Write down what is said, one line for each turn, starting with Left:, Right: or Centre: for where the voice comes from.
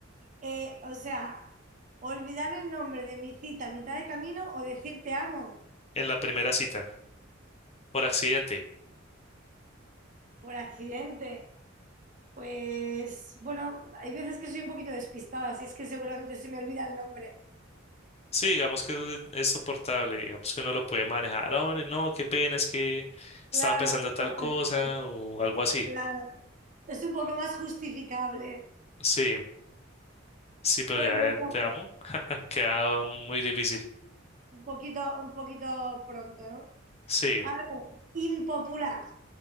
Right: eh, o sea, olvidar el nombre de mi cita a mitad de camino o decir te amo
Left: en la primera cita por accidente?
Right: por accidente. Pues bueno, hay veces que soy un poquito despistada, así es que seguramente se me olvida el nombre.
Left: Sí, digamos que eso es es soportable, digamos que uno lo puede manejar. "Ah, no, no, qué pena, es que estaba
Right: Claro,
Left: pensando tal
Right: <laughs>
Left: cosa o algo así.
Right: claro. Es un poco más justificable.
Left: Sí. Sí, pero
Right: Bueno,
Left: ya
Right: no
Left: el
Right: pasa.
Left: te amo. <laughs> Queda muy difícil.
Right: Un poquito, un poquito pronto, ¿no?
Left: Sí,
Right: A ver, impopular.